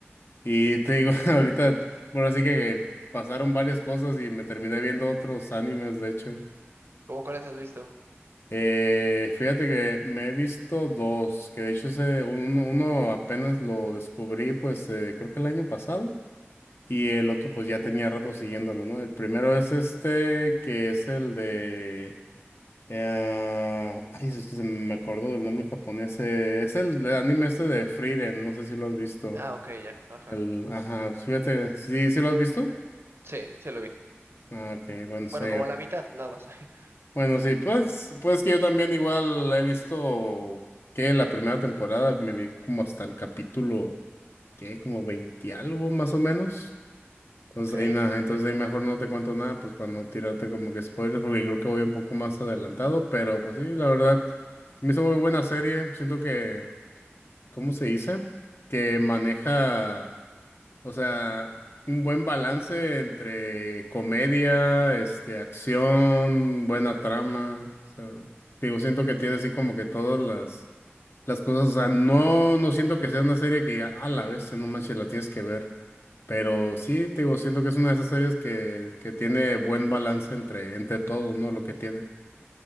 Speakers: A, on the left (about 60°); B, on the right (about 65°).
A: y te digo, <laughs> ahorita, bueno, así que pasaron varias cosas y me terminé viendo otros animes, de hecho.
B: ¿Cómo cuáles has visto?
A: Eh, fíjate que me he visto dos, que de hecho ese, uno, uno apenas lo descubrí, pues eh, creo que el año pasado, y el otro pues ya tenía rato siguiéndolo, ¿no? El primero es este, que es el de... eh, ay, es que se me acordó del nombre japonés, eh, es el anime este de Frieren, no sé si lo has visto.
B: Ah, ok, ya. Ajá.
A: El, ajá, pues, fíjate, ¿sí, sí lo has visto?
B: Sí, se lo vi.
A: Ah, ok, bueno, sí,
B: Bueno, como la mitad, nada más. <laughs>
A: Bueno, sí, pues, pues que yo también igual he visto que la primera temporada me vi como hasta el capítulo, que como 20 algo más o menos. Entonces
B: Ok.
A: ahí nada, entonces ahí mejor no te cuento nada, pues para no tirarte como que spoilers, porque creo que voy un poco más adelantado, pero pues sí, la verdad, me hizo muy buena serie. Siento que, ¿cómo se dice? Que maneja. O sea, un buen balance entre comedia, este, acción, buena trama. O sea, digo, siento que tiene así como que todas las, las cosas. O sea, no, no siento que sea una serie que diga, a la bestia, no manches, la tienes que ver. Pero sí, te digo, siento que es una de esas series que, que tiene buen balance entre, entre todo, ¿no? Lo que tiene.